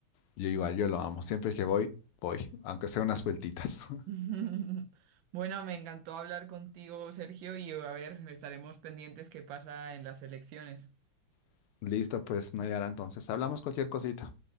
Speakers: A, on the left (about 80°); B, on the right (about 75°).
A: Yo igual, yo lo amo. Siempre que voy, voy, aunque sea unas vueltitas.
B: <laughs> Bueno, me encantó hablar contigo, Sergio, y a ver, estaremos pendientes qué pasa en las elecciones.
A: <laughs> Listo, pues Nayara, entonces hablamos cualquier cosita.